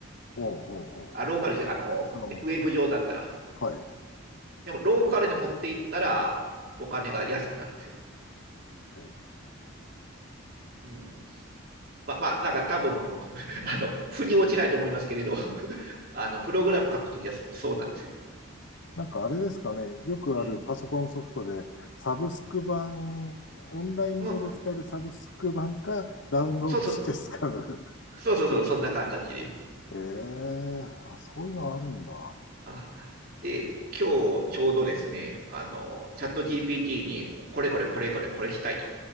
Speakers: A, on the left (about 55°); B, on the right (about 45°).
A: おうお
B: あ、ローカルじゃ、あの、
A: うおうおうあの、
B: ねウェブ上だったら。
A: はい、
B: でも、ローカルで持っていったら、お金が安くなるんですよ。
A: ええ
B: うん。まあまあ、なんか多分、<laughs> あの、腑に落ちないと思いますけれど、あの、プログラム書くときはそそうなんですよ。
A: なんかあれですかね、よくあるパソコンソフトで、
B: うん。
A: サブスク版、オンライン上で使えるサブスク版か、
B: の
A: ダウンロードして使う。
B: そうそう、そうそうそう、そんな形で。
A: <laughs> ええあ、そういうのあるんだ。
B: あで、今日ちょうどですね、あの、チャット GPT に、これこれこれこれこれしたいと。